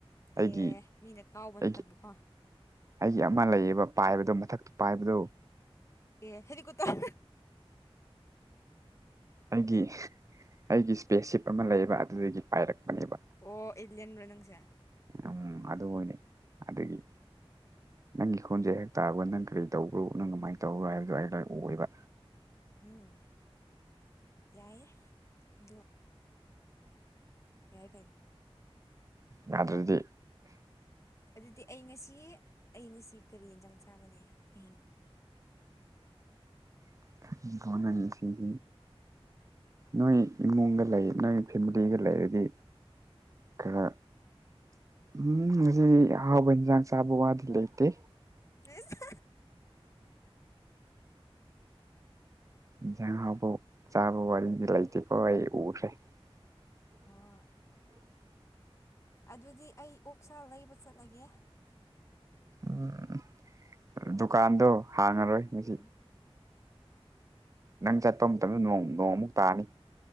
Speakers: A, on the right; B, on the left.
A: ꯑꯩꯒꯤ
B: ꯑꯦ ꯃꯤꯅ ꯀꯥꯎꯕ
A: ꯑꯩꯒꯤ
B: ꯅꯠꯇꯕꯀꯣ
A: ꯑꯩꯒꯤ ꯑꯃ ꯂꯩꯌꯦꯕ ꯄꯥꯏꯕꯗꯣ ꯃꯊꯛꯇ ꯄꯥꯏꯕꯗꯣ
B: ꯑꯦ ꯍꯦꯂꯤꯀꯨꯇꯔ
A: ꯑꯩꯒꯤ ꯑꯩꯒꯤ ꯏꯁꯄꯦꯁꯁꯤꯞ ꯑꯃ ꯂꯩꯌꯦꯕ ꯑꯗꯨꯗꯒꯤ ꯄꯥꯏꯔꯛꯄꯅꯦꯕ
B: ꯑꯣ ꯑꯦꯜꯂꯦꯟꯂꯣ ꯅꯪꯁꯦ
A: ꯎꯝ ꯑꯗꯨ ꯑꯣꯏꯅꯤ ꯑꯗꯒꯤ ꯅꯪꯒꯤ ꯈꯣꯟꯁꯦ ꯍꯦꯛ ꯇꯥꯕ ꯅꯪ ꯀꯔꯤ ꯇꯧꯕ꯭ꯔꯣ ꯅꯪ ꯀꯃꯥꯏꯅ ꯇꯧꯕ꯭ꯔꯣ ꯍꯥꯏꯕꯗꯣ ꯑꯩ ꯂꯣꯏ ꯑꯣꯏꯕ
B: ꯎꯝ ꯌꯥꯏꯌꯦ ꯑꯗꯣ ꯌꯥꯏ ꯀꯩꯅꯣ
A: ꯌꯥꯗꯔꯗꯤ
B: ꯑꯗꯨꯗꯤ ꯑꯩ ꯉꯁꯤ ꯑꯩ ꯉꯁꯤ ꯀꯔꯤ ꯌꯦꯟꯖꯥꯡ ꯆꯥꯒꯅꯤ ꯑꯍꯤꯡ
A: <unintelligible> ꯅꯣꯏ ꯏꯃꯨꯡꯒ ꯂꯩ ꯅꯣꯏ ꯐꯦꯃꯤꯂꯤꯒ ꯂꯩꯔꯗꯤ ꯈꯔꯥ ꯎꯝ ꯉꯁꯤ ꯑꯍꯥꯎꯕ ꯍꯤꯟꯆꯥꯡ ꯆꯥꯕ ꯋꯥꯗꯤ ꯂꯩꯇꯦ
B: ꯏꯁ
A: ꯏꯟꯁꯥꯡ ꯍꯥꯎꯕꯣꯛ ꯆꯥꯕ ꯋꯥꯔꯤꯗꯤ ꯂꯩꯇꯦꯀꯣ ꯑꯩ ꯎꯈ꯭ꯔꯦ <inaudible>
B: ꯑꯣ ꯑꯗꯨꯗꯤ ꯑꯩ ꯑꯣꯛꯁꯥ ꯂꯩꯕ ꯆꯠꯂꯒꯦ
A: ꯎꯝ ꯗꯨꯀꯥꯟꯗꯣ ꯍꯥꯡꯉꯔꯣꯏ ꯉꯁꯤ
B: ꯎꯝ
A: ꯅꯪ ꯆꯠꯄ ꯃꯇꯝꯗ ꯅꯣꯡ ꯅꯣꯡꯑꯃꯨꯛ ꯇꯥꯅꯤ